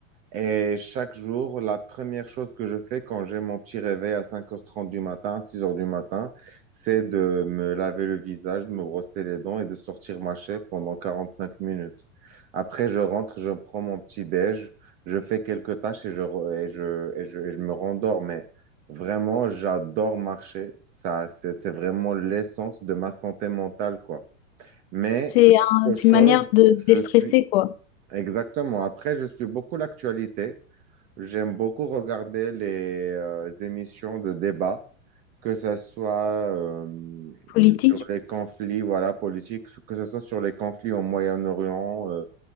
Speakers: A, on the right (about 20°); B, on the left (about 50°).
A: Et chaque jour, la première chose que je fais quand j'ai mon petit réveil à cinq heures trente du matin, six heures du matin, c'est de me laver le visage, de me brosser les dents et de sortir ma chaîne pendant cinq minutes. Après, je rentre, je prends mon petit déj, je fais quelques tâches et je, re- et je, et je, et je me rendors. Mais vraiment, j'adore marcher. Ça, c'est, c'est vraiment l'essence de ma santé mentale, quoi. Mais
B: C'est un-
A: autre
B: c'est
A: chose,
B: une manière de déstresser,
A: je suis...
B: quoi.
A: Exactement. Après, je suis beaucoup l'actualité. J'aime beaucoup regarder les euh, émissions de débat, que ce soit euh,
B: Politique.
A: sur les conflits voilà, politiques, que ce soit sur les conflits au Moyen-Orient, euh,